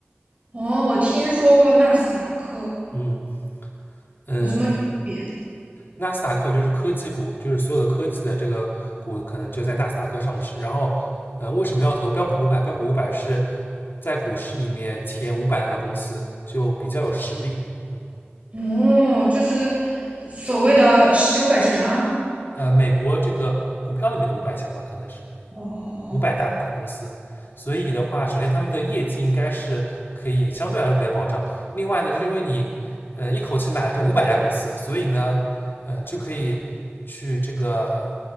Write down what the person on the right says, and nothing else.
哦，我听说过纳斯达克，
有什么区别呢？
哦，就是所谓的世界五百强。
哦，